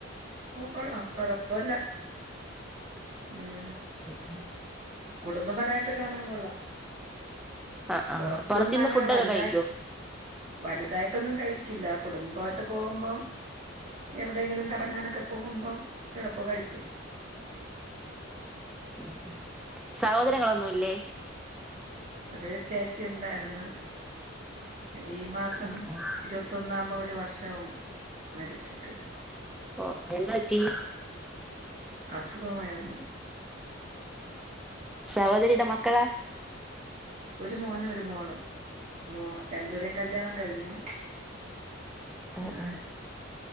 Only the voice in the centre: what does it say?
ഉ, ഹും.
ആ ആ
പുറത്തിന്ന്
ഫുഡൊക്കെ
കഴിക്കോ
ഉം, ഉം സഹോദരങ്ങളൊന്നുല്ലേ?
ഉം ഉം
ഓഹ് എന്താറ്റീ.
സഹോദരിയുടെ മക്കളാ?
ഉം ഉം.